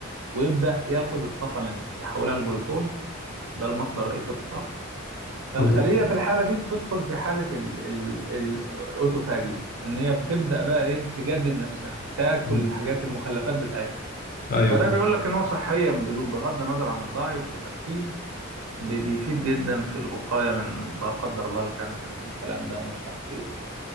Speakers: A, on the right (about 80°); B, on the left (about 45°).
A: ويبدأ ياخد الطاقة منها يحولها لجلوكوز ده المصدر الرئيسي للطاقة فالخلية
B: حضرتك
A: في الحالة دي بتدخل في حالة ال ال ال الأوتوفاجي ده إن هي بتبدأ بقى إيه تجدد نفسها تاكل
B: امم
A: الحاجات المخلفات بتاعتها
B: ايوه
A: فده
B: ايوه
A: بيقول لك إن هو صحيا بدو- بغض النظر عن الدايت والتخسيس ب- بيفيد جدا في الوقاية من لا قدر الله الكانسرز والكلام ده ومش عارف إيه